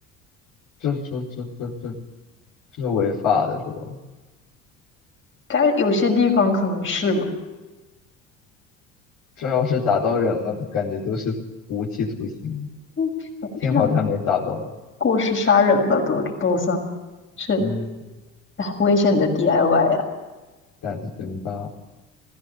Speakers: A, on the left (about 50°); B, on the left (about 30°).
A: 这这这这这这违法的是吧？
B: 但是有些地方可能是吧，
A: 这要是砸到人了，感觉都是无期徒刑。
B: 嗯，我不知道
A: 幸好他没砸到，
B: 过失杀人了都都算是
A: 嗯，
B: 哎危险的 DIY 呀、
A: 胆子真大，